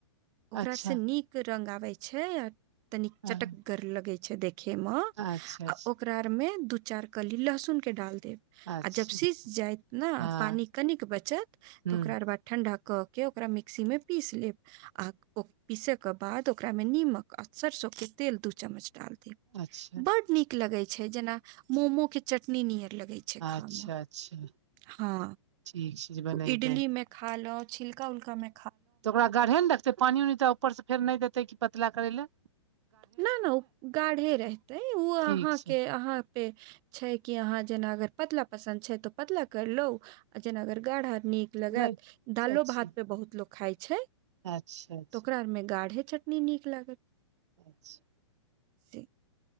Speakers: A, on the right (about 25°); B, on the right (about 70°).
A: ओकरा
B: अच्छा
A: से नीक रंग आबे छै आ तनिक
B: हाँ
A: चटकगर लगे छै देख खेम आ
B: अच्छा अच्छा
A: ओकरा आरमे दू चारि कली लहसुनके डाल देब
B: अच्छा
A: आ जब सीझ जायत ने
B: हँ
A: पानि कनिक बचत
B: ह्म
A: त ओकरा बाद ठंडा क के ओकरा मिक्सी मे पीस लेब आ ओ पीसै के बाद ओकरामे निमक आ सरिसोके तेल दू चम्मच डालि देब
B: अच्छा
A: बड नीक लगैत छै जेना मोमो के चटनी नियर लगैत छै खा
B: अच्छा
A: मे
B: अच्छा
A: हँ
B: ठीक छै जे बनेबै
A: इडली में खा ला छिलका उलका मे
B: त ओकरा गढ़े ने देखतै पानि उनि त ऊपर सँ फेर नहि देतै कि पतला करै लै
A: नहि नहि ओ गाढ़े रहतै ओ अहाँ
B: ठीक छै
A: के अहाँ पे छै कि अहाँ जेना अगर पतला पसन्द छै त पतला करलू आ जेना अगर गाढा आ नीक लगत
B: नहि
A: दालो
B: अच्छा
A: भात पे बहुत लोक खाइ छै त
B: अच्छा अच्छा
A: ओकरा मे गाढ़े चटनी नीक लागत
B: अच्छा
A: ठीक